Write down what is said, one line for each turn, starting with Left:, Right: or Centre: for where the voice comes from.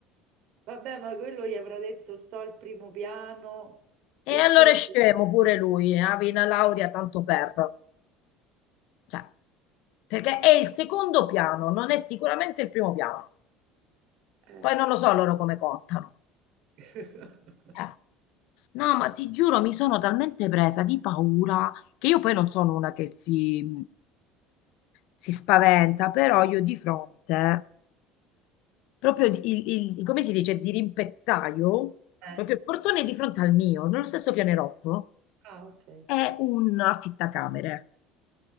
Right: Vabbè, ma quello gli avrà detto sto al primo piano
Left: E
Right: e
Left: allora
Right: quello...
Left: è scemo pure lui, eh, avevi una laurea tanto per. Cioè, perché è il secondo piano, non è sicuramente il primo piano.
Right: Eh.
Left: Poi non lo so loro come contano.
Right: <laughs>
Left: Eh. No, ma ti giuro, mi sono talmente presa di paura che io poi non sono una che si, si spaventa, però io di fronte, proprio di- il, il- come si dice, di rimpettaio,
Right: Eh,
Left: proprio il portone di fronte al mio, nello stesso pianerottolo,
Right: Ah, ok.
Left: è un affittacamere.